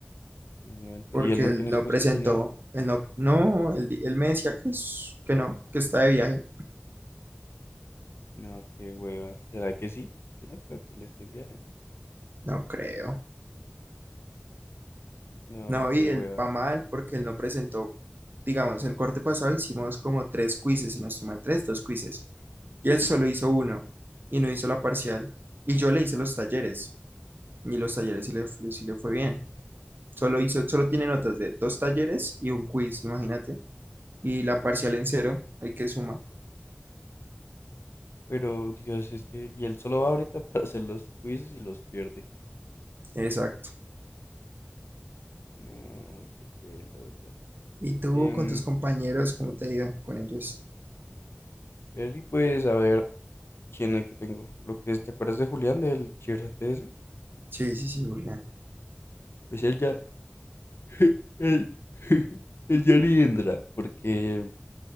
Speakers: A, on the left (about 85°); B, on the right (about 55°).
A: No, ento-
B: porque
A: ¿Y él no
B: él
A: tiene
B: no
A: excusas
B: presentó,
A: ni nada?
B: él no, no, él, di- él me decía que, es- que no, que está de viaje.
A: No, qué hueva. ¿Será que sí? Yo no creo que él esté en viaje.
B: No creo.
A: No,
B: No, y
A: qué hueva.
B: él va mal porque él no presentó, digamos, el corte pasado hicimos como tres quizzes, si no estoy mal, tres, dos quizzes. Y él solo hizo uno y no hizo la parcial. Y yo le hice los talleres y los talleres sí le, fu- sí le fue bien. Solo hizo, solo tiene notas de dos talleres y un quiz, imagínate. Y la parcial en cero, hay que suma.
A: Pero Dios, es que él, y él solo va ahorita <laughs> para hacer los quizzes y los pierde.
B: Exacto.
A: No, qué pelota.
B: ¿Y tú
A: Em,
B: con tus compañeros, cómo te ha ido con ellos?
A: Perry, pues a ver, ¿quién es que tengo? Lo que es, ¿te acuerdas de Julián, del chirrete ese?
B: Sí, sí, sí, Julián.
A: Pues él ya, <laughs> El, <laughs> el ya ni entra, porque,